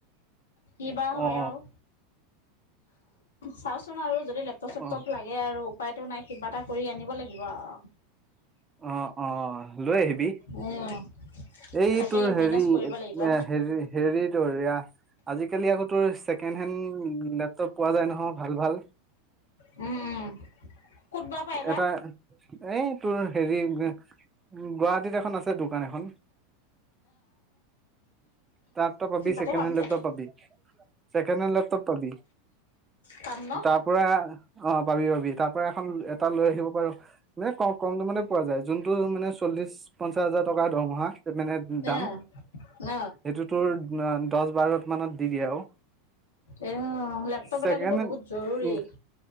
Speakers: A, on the left (about 70°); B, on the right (about 20°).
A: কিবা
B: অ',
A: হয় আৰু। চাওচোন আৰু যদি লেপটপ চেপটপ
B: অ',
A: লাগে আৰু উপায়তো নাই কিবা এটা কৰি আনিব লাগিব আৰু।
B: অ অ লৈ আহিবি।
A: উম
B: এই
A: তাকেই
B: তোৰ হেৰি
A: মেনেজ কৰিব লাগিব
B: হে হেৰি তোৰ এয়া আজিকালি আকৌ তোৰ ছেকেণ্ড হেণ্ড লেপটপ পোৱা যায় নহয় ভাল ভাল।
A: উম উম। ক'ত বা পাই বা।
B: এটা এই তোৰ হেৰি গুৱাহাটীত এখন আছে দোকান এখন। তাত তই পাবি
A: তাতে
B: চেকেণ্ডহেণ্ড
A: পাম চাগে।
B: লেপটপ পাবি চেকেণ্ডহেণ্ড লেপটপ পাবি
A: পাম ন?
B: তাৰ পৰা অ পাবি পাবি তাৰ পৰা এখন এটা লৈ আহিব পাৰো এ কম কম কম দামতে পোৱা যায় যোনটো মানে চল্লিশ পঞ্চাশ হাজাৰ টকাৰ দৰমহা মানে দাম
A: এয়া ন
B: সেইটো তোৰ দহ বাৰ মানত দি দিয়ে আৰু
A: এই লেপটপ
B: চেকণ্ডহেণ্ড
A: এটা কিন্তু বহুত জৰুৰী।